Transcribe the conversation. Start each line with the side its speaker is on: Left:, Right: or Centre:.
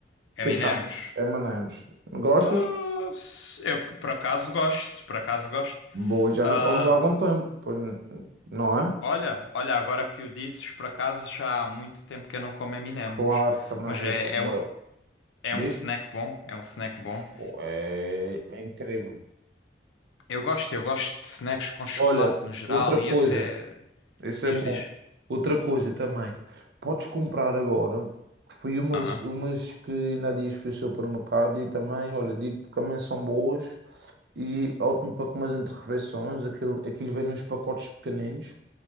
Left: Eminems?
Right: O que é que achas? M&Ms. Gostas?
Left: Ah, se- eu por acaso gosto, por acaso gosto.
Right: Boa, já
Left: Ah,
Right: não comes há algum tempo, pois n- não é?
Left: olha, olha, agora que o dizes, por acaso já há muito tempo que eu não como Eminems,
Right: Claro, também
Left: mas é,
Right: é como
Left: é um,
Right: eu.
Left: é
Right: Diz?
Left: um snack bom, é um snack bom.
Right: Pô, É, é incrível.
Left: Eu gosto, eu gosto de snacks com chocolate
Right: Olha,
Left: no geral
Right: outra
Left: e
Right: coisa,
Left: esse é...
Right: isso
Left: Diz,
Right: é bom.
Left: diz.
Right: Outra coisa também. Podes comprar agora, que foi umas,
Left: Aham,
Right: umas que ainda há dias fui ao supermercado e também, olha, digo-te que também são boas e ótimo para comer entre refeições. Aquilo, aquilo vem nos pacotes pequeninos.